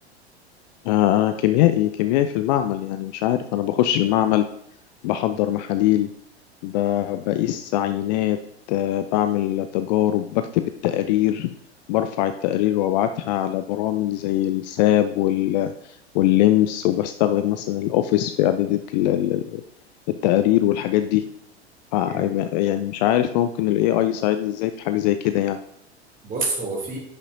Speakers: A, on the left; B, on the right.
A: آه، أنا كيميائي كيميائي في المعمل يعني مش عارف أنا بخش المعمل بحضر محاليل ب- بقيس عينات آه، بعمل تجارب بكتب التقارير برفع التقارير وأبعتها على برامج زي الساب وال- واللمس وبستخدم مثلا الأوفيس في إعداد ال- ال- التقارير والحاجات دي ف
B: مم.
A: يعني مش عارف ممكن ال AI يساعدني إزاي في حاجة زي كده يعني
B: بص هو في